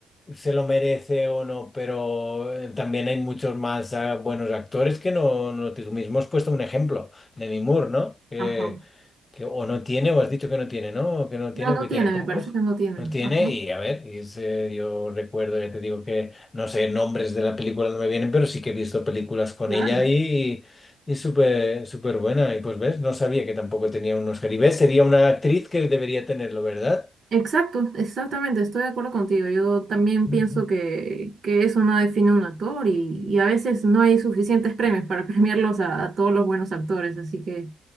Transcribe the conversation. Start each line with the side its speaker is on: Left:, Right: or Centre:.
Left: se lo merece o no, pero eh, también hay muchos más ah, buenos actores que no, no- tú mismo has puesto un ejemplo, Demi Moore, ¿no? Que,
Right: Ajá.
Left: que o no tiene, o has dicho que no tiene, ¿no? O que no
Right: No,
Left: tiene,
Right: no
Left: o que
Right: tiene,
Left: tiene pocos.
Right: me parece que no tiene.
Left: No tiene,
Right: Ajá,
Left: y a ver, y es, eh, yo recuerdo, ya te digo que no sé, nombres de la película no me vienen, pero sí que he visto películas con
Right: claro.
Left: ella y, y súper súper buena. Y pues ves, no sabía que tampoco tenía unos Oscar. Y ves, sería una actriz que debería tenerlo, ¿verdad?
Right: Exacto, exactamente, estoy de acuerdo contigo. Yo también
Left: Ujú.
Right: pienso que, que eso no define un actor y, y a veces no hay suficientes premios para <laughs> premiarlos a, a todos los buenos actores, así que